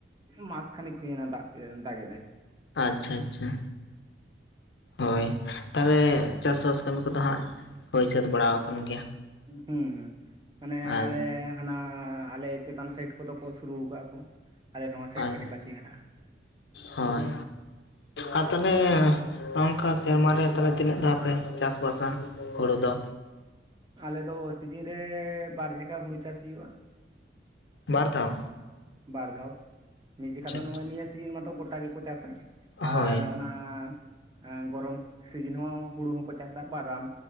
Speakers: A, on the right; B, on the left.
A: ᱢᱟᱥ ᱠᱷᱟᱱᱤᱠ ᱦᱩᱭᱱᱟ ᱫᱟᱜ ᱫᱟᱜᱟᱭ᱾
B: ᱟᱪᱪᱷᱟ ᱟᱪᱪᱷᱟ ᱦᱳᱭ ᱛᱟᱦᱚᱞᱮ ᱪᱟᱥᱵᱟᱥ ᱠᱟᱹᱢᱤ ᱠᱚᱫᱚ ᱦᱟᱸᱜ ᱦᱳᱭ ᱥᱟᱹᱛ ᱵᱟᱲᱟᱣ ᱟᱠᱟᱱ ᱜᱮᱭᱟ᱾
A: ᱦᱩᱸ ᱦᱩᱸ ᱢᱟᱱᱮ
B: ᱟᱨ
A: ᱟᱨᱮ ᱦᱟᱱᱟ ᱟᱞᱮ ᱪᱮᱛᱟᱱ ᱥᱟᱭᱤᱰ ᱠᱚᱫᱚ ᱠᱚ ᱥᱩᱨᱩ ᱠᱟᱜᱼᱟ ᱠᱚ᱾ ᱟᱞᱮ ᱱᱚᱣᱟ ᱥᱟᱭᱤᱰ
B: <unintelligible> ᱟᱨ
A: ᱠᱟᱹᱴᱤᱡ ᱵᱟᱹᱠᱤ ᱢᱮᱱᱟᱜᱼᱟ
B: ᱦᱳᱭ ᱟᱨ ᱛᱟᱦᱚᱞᱮ ᱱᱚᱝᱠᱟ ᱥᱮᱨᱢᱟᱨᱮ ᱛᱟᱦᱚᱞᱮ ᱛᱤᱱᱟᱹᱜ ᱫᱷᱟᱣ ᱯᱮ ᱪᱟᱥᱵᱟᱥᱟ ᱦᱳᱨᱳ ᱫᱚ?
A: ᱟᱞᱮᱫ ᱫᱚ ᱥᱤᱡᱤᱱ ᱨᱮᱻ ᱵᱟᱨᱡᱟᱠᱟ ᱦᱩᱲᱩ ᱪᱟᱥ ᱦᱩᱭᱩᱜᱼᱟ᱾
B: ᱵᱟᱨ ᱫᱷᱟᱹᱣ?
A: ᱵᱟᱨ ᱫᱷᱟᱣ ᱾ ᱢᱤᱫ ᱡᱚᱠᱷᱟ ᱫᱚ
B: ᱟᱪᱪᱷᱟ
A: ᱱᱚᱜᱼᱚᱭ ᱱᱤᱭᱟᱹ ᱥᱤᱡᱤᱱ ᱢᱟᱛᱚ ᱜᱚᱴᱟ ᱜᱮᱠᱚ ᱪᱟᱥᱟ, ᱟᱨ
B: ᱦᱳᱭ
A: ᱚᱱᱟ ᱟᱸ ᱟᱸ ᱜᱚᱨᱚᱢ ᱥᱤᱡᱤᱱ ᱦᱚᱸ ᱦᱳᱲᱳ ᱦᱚᱸᱠᱚ ᱪᱟᱥᱟ ᱵᱟᱫᱟᱢ᱾